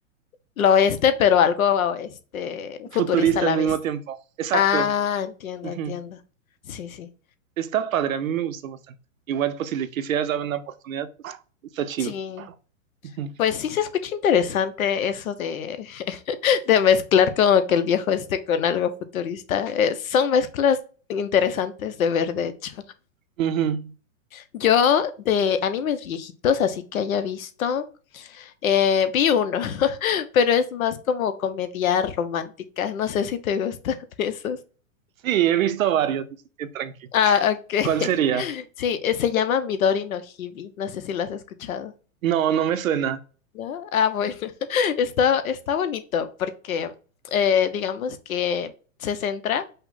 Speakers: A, on the left (about 80°); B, on the right (about 75°).
A: lo oeste, pero algo este
B: futurista
A: futurista a la
B: al mismo
A: vez.
B: tiempo. Exacto.
A: Ah, entiendo,
B: Ujú.
A: entiendo. Sí, sí.
B: Está padre, a mí me gustó bastante. Igual, pues si le quisieras dar una oportunidad, pues está chido.
A: Sí.
B: Ujú.
A: Pues sí se escucha interesante eso de, <laughs> de mezclar como que el viejo este con algo futurista. Eh, son mezclas interesantes de ver, de hecho.
B: Ujú.
A: Yo de animes viejitos, así que haya visto. Eh, vi uno, <laughs> pero es más como comedia romántica. No sé si te gustan <laughs> esos.
B: Sí, he visto varios, así que tranqui.
A: Ah, ok.
B: ¿Cuál sería?
A: <laughs> Sí, eh, se llama Midori no Hibi. No sé si lo has escuchado,
B: No, no me suena.
A: ¿no? Ah, bueno. <laughs> Está, está bonito porque eh, digamos que se centra